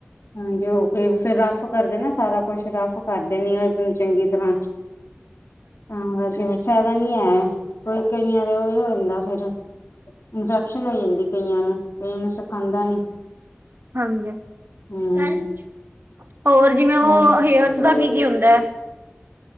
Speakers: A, on the left (about 85°); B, on the right (about 60°).
A: ਹਾਂਜੀ, ਉਹ ਕੇ ਫਿਰ ਰਫ ਕਰਦੇ ਨੇ, ਸਾਰਾ ਕੁਛ ਰਫ ਕਰਦੇ ਨੀ ਅਸੀਂ ਚੰਗੀ ਤਰ੍ਹਾਂ। ਤਾਂ ਕਰਕੇ ਫਿਰ ਫਾਇਦਾ ਨੀ ਆ ਕਈ ਕਈਆਂ ਦੇ ਉਹੀ ਹੋ ਜਾਂਦਾ ਫਿਰ। ਇਨਫੈਕਸ਼ਨ ਹੋ ਜਾਂਦੀ, ਕਈਆਂ ਨੂੰ ਕਈਆਂ ਨੂੰ ਸਿਖਾਉਂਦਾ ਨਹੀਂ।
B: ਹਾਂਜੀ। <unintelligible>
A: ਹੂੰ
B: ਹੋਰ ਜਿਵੇਂ, ਉਹ
A: ਹਾਂ
B: ਹੇਅਰਸ ਦਾ ਕੀ ਕੀ ਹੁੰਦਾ?